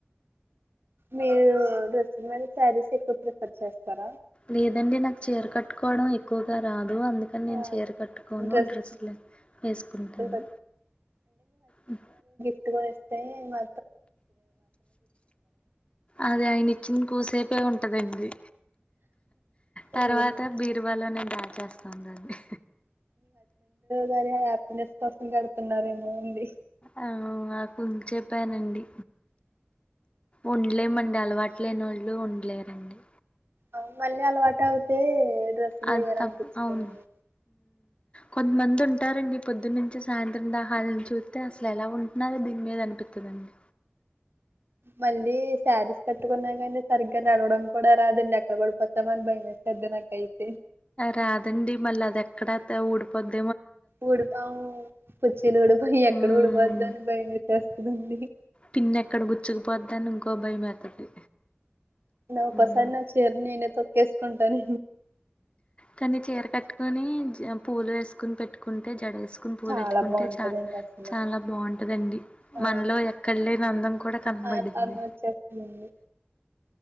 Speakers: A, on the right; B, on the left.
A: మీరు డ్రెస్సింగ్ మీదకి శారీస్ ఎక్కువ ప్రిఫర్ చేస్తారా
B: లేదండి నాకు చీర కట్టుకోవడం ఎక్కువగా రా దు అందుకనే నేను
A: ఆ!
B: చీర కట్టుకోను
A: డ్రెస్
B: డ్రెస్స్ లే వేసుకుంటాను,
A: ప్రిఫర్
B: హ్మ్
A: ప్టుగా ఇస్తే మా
B: అది ఆయనిచ్చిన కూసేపుం టదండి తర్వాత
A: అయ్యో
B: బీర్వాలోనేను దాచేస్తానండి
A: వారి హ్యాపీనెస్ కోసం కడుతున్నారేమో అంది
B: ఆ నాకు చెప్పానండి ఉండలేమం అలవాట్ లేనోళ్ళు ఉండలేరండి
A: అవును, మళ్ళీ అలవాటు అవుతే డ్రెస్సులు
B: అది
A: వేయాలనిపిస్తుంది
B: తప్ప అవును కొంత మంది ఉంట ఉంటారండి పొద్దు నుంచి సాయంత్రం దానిమీద చూస్తే అసలు ఎలా ఉంటున్నారో దీని మీద అనిపిత్తదండి
A: మళ్ళీ శారీస్ కట్టుకున్నా కానీ సరిగ్గా నడవడం కూడా రాదండి ఎక్కడ పడిపోతామ అని భయమే వేసేది నాకైతే
B: రాదండి మళ్ళీ అది ఎక్కడ ఊడిపోద్దో
A: ఊడిపోయి కుచ్చీలు ఊడిపోం ఎక్కడ
B: ఉమ్
A: ఊడిపోద్దో అని భయమేసేస్తుందండి
B: పిన్ ఎక్కడ గుచ్చుకుపోద్దని ఇంకో భయమేత్తది
A: ఒక్కో
B: ఉమ్
A: సారి నా చీర నేనే తొక్కేసి కొంటానే
B: కానీ చీర కట్టుకొని జి పూలు వేసుకొని పెట్టు కుంటే జడే సుకుని పూలు
A: చాలా
B: ఎత్తుకుంటే
A: బాగుంటదండి
B: చ
A: అసలు
B: చాలా బాగుంటదండి
A: ఆ
B: మనలో ఎక్కడ లేని అందం కూడా కనపడిద్ది
A: ఆ- అన్నం వచ్చేస్తుందండి